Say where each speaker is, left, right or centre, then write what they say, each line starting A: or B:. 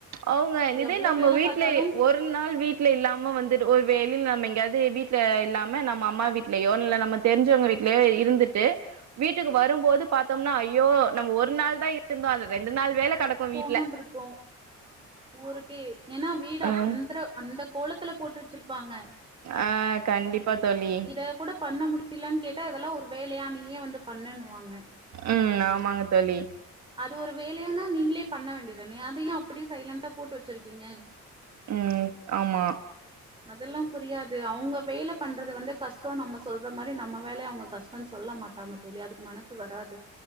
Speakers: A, on the right; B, on the right.
A: அவங்க இதே
B: எவ்ளோ
A: நம்ம
B: வேல
A: வீட்லே
B: பாத்தாலு
A: ஒரு நாள் வீட்ல இல்லாம வந்துட்டு ஒரு வே வெளில நம்ம எங்கயாது வீட்டுல இல்லாம நம்ம அம்மா வீடலயோ இல்ல நம்ம தெரிஞ்சவங்க வீட்லயோ இருந்துட்டு வீட்டுக்கு வரும்போது பாத்தோம்னா ஐயோ நம்ம ஒரு நாள் தான் இருந்தோ அந்த ரெண்டு நாள் வேல கெடக்கு வீட்
B: போனோன்றுக்கு ஊருக்கே ஏன்னா வீடு அப்
A: ம்
B: அந்திர அந்த கோலத்துல போட்டு வச்சிருப் பாங்க
A: ஆ கண்டிப்பா தோழி
B: இத கூட பண்ண முடிலன்னு கேட்டா இதெல்லா ஒரு வேலயா நீயே வந்து பண்ணுன்னுவாங்க
A: ம் ஆமாங்க தோழி
B: அது ஒரு வேலயான்னா நீங்களே பண்ண வேண்டிதுதானே அத ஏ அப்டியே சைலன்ண்டா போட்டு வச்சிருக்கீங்க
A: ம் ஆமா
B: அதெல்லா புரியாது அவுங்க வேல பண்றது வந்து கஷ்டோ நம்ம சொல்ற மாரி நம்ம வேலய அவுங்க கஷ்டோனு சொல்ல மாட்டாங்க தோழி அதுக்கு மனசு வராது